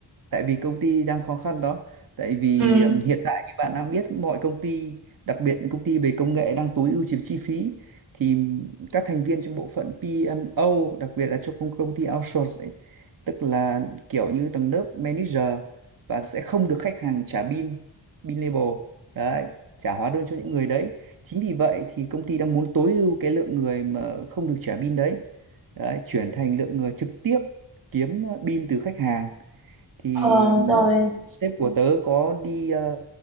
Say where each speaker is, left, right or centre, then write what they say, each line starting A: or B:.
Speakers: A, on the right; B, on the right.
A: tại vì công ty đang khó khăn đó. Tại vì
B: Ừ.
A: ừm, hiện tại như bạn đang biết mọi công ty, đặc biệt những công ty về công nghệ đang tối ưu chi chi phí thì các thành viên trong bộ phận PMO, đặc biệt là trong công công ty outsource ấy, tức là kiểu như tầng lớp manager và sẽ không được khách hàng trả bill, bill label. Đấy, trả hóa đơn cho những người đấy. Chính vì vậy thì công ty đang muốn tối ưu cái lượng người mà không được trả bill đấy đấy chuyển thành lượng người trực tiếp kiếm ờ, pin từ khách hàng thì
B: Ờ rồi
A: sếp của tớ có đi ờ,